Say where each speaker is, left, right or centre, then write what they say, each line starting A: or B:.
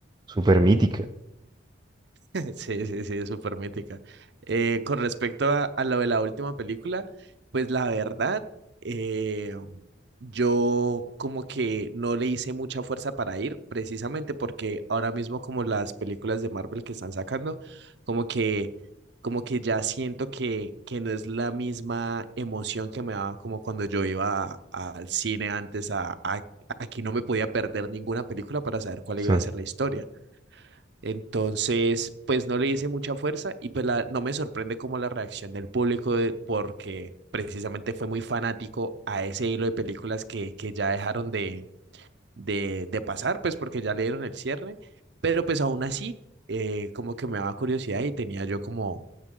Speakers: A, on the right; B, on the right.
A: súper mítica.
B: <laughs> Sí, sí, sí, es súper mítica. Eh, con respecto a, a lo de la última película, pues la verdad, eh, yo como que no le hice mucha fuerza para ir, precisamente porque ahora mismo como las películas de Marvel que están sacando, como que, como que ya siento que, que no es la misma emoción que me daba como cuando yo iba a- al cine antes a... a Aquí no me podía perder ninguna película para saber cuál
A: Sí.
B: iba a ser la historia. Entonces, pues no le hice mucha fuerza y pues la- no me sorprende como la reacción del público de- porque precisamente fue muy fanático a ese hilo de películas que, que ya dejaron de, de, de pasar, pues porque ya le dieron el cierre, pero pues aún así, eh, como que me daba curiosidad y tenía yo como,